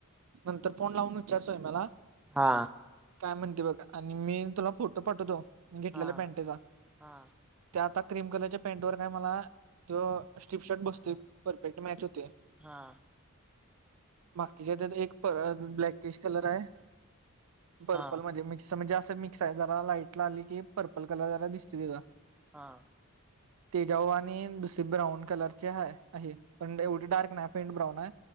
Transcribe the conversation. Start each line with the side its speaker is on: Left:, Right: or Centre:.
Right: नंतर फोन लावून विचारचोय मला
Centre: हा
Right: काय म्हणते बघा आणि मी तुला फोटो पाठवतो घेतलेल्या
Centre: हा
Right: पॅनटेचा
Centre: हा
Right: त्या आता क्रीम कलरच्या पॅंटवर काय मला त स्ट्रीप शर्ट बसत परफेक्ट मॅच होते
Centre: हा
Right: बाकीच्या त्यात एक ब्लॅक टिश कलर आहे पर्पल
Centre: हा
Right: म्हणजे मिक्स जास्त मिक्स आहे जरा लाईट ला आली की, पर्पल कलर जरा दिसतोय तेजा.
Centre: हा.
Right: तेजा वर आणि दुसर ब्राऊन कलर हाय आहे, पण एवढी डार्क नाही पेंट ब्राऊन आहे,